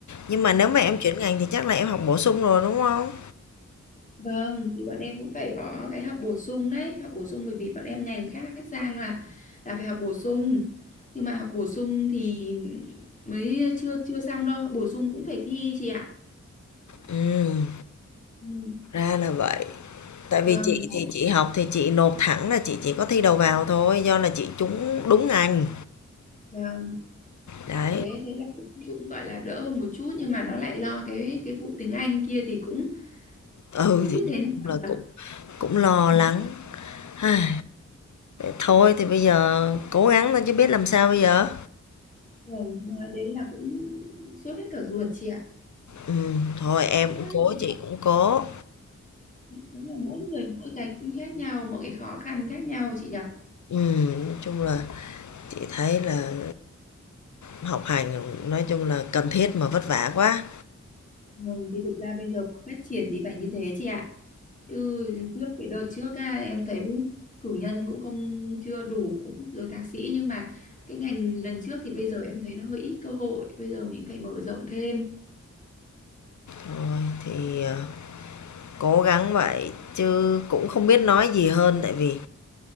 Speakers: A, on the left; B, on the left.
A: nhưng mà nếu mà em chuyển ngành thì chắc là em học bổ sung rồi, đúng không
B: vâng thì bọn em cũng phải có cái học bổ sung đấy học bổ sung bởi vì bọn em ngành khác sang là là phải học bổ sung nhưng mà học bổ sung thì mới chưa chưa xong đâu học bổ sung cũng phải thi chị ạ
A: Ừm,
B: Ừ.
A: ra là vậy. Tại vì
B: vâng
A: chị
B: rất
A: thì chị học thì chị nộp thẳng là chị chỉ có thi đầu vào thôi, do là chị trúng đúng ngành,
B: vâng
A: đấy.
B: thế thế là cũng cũng gọi là đỡ hơn một chút nhưng mà nó lại lo cái cái vụ tiếng Anh kia thì cũng
A: Ừ,
B: không
A: thì
B: biết
A: nói
B: thế nào
A: chung là
B: nhỉ?
A: cũng cũng lo lắng. Ai, Thôi thì bây giờ cố gắng thôi chứ biết làm sao bây giờ.
B: Rồi, nói đến là cũng sốt hết cả ruột chị ạ.
A: Ừm, thôi em
B: Quá
A: cũng
B: là-
A: cố, chị cũng cố.
B: Đúng là mỗi người mỗi cái khác nhau, mỗi cái khó khăn khác nhau chị nhỉ?
A: Ừm, nói chung là chị thấy là học hành, nói chung là cần thiết mà vất vả quá.
B: Vâng, thì thực ra bây giờ muốn phát triển thì phải như thế chị ạ. Chứ trước cái đợt trước á, em thấy cử nhân cũng không chưa đủ rồi thạc sĩ nhưng mà cái ngành lần trước thì bây giờ em thấy nó hơi ít cơ hội, bây giờ mình phải mở rộng thêm.
A: Thôi thì, ờ, cố gắng vậy chứ cũng không biết nói gì hơn, tại vì